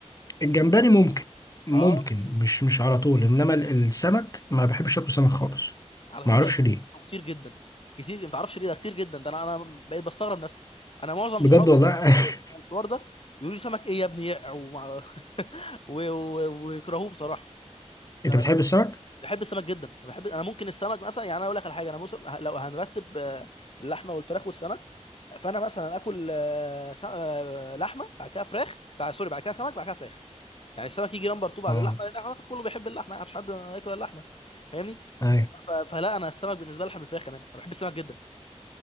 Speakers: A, on the left (about 30°); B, on the left (about 50°).
A: الجمبري ممكن ممكن
B: اه
A: مش مش على طول انما ال- السمك ما بحبش اكل سمك خالص
B: على
A: ما
B: فكره
A: اعرفش
B: انتوا
A: ليه
B: انتوا كتير جدا كتير ما تعرفش ليه ده كتير جدا ده انا انا بقيت بستغرب نفسي انا معظم
A: بجد
B: صحابي
A: والله
B: اجي اكلمهم
A: <laughs>
B: على الحوار ده يقول لي سمك ايه يا ابني يع ومع... <laughs> و- و- ويكرهوه بصراحه ف-
A: انت بتحب السمك؟
B: بحب السمك جدا انا بحب انا ممكن السمك مثلا يعني انا اقول لك على حاجه انا بص... لو هنرتب آه، اللحمه والفراخ والسمك فانا مثلا اكل آه، س... آه، لحمه بعد كده فراخ بعد سوري بعد كده سمك بعد كده فراخ يعني السمك يجي نمبر 2 بعد
A: اه
B: اللحمه لان اعتقد كله بيحب اللحمه يعني مفيش حد ياكل اللحمه فاهمني
A: ايوه
B: ف- فلا انا السمك بالنسبه لي احلى من الفراخ كمان انا بحب السمك جدا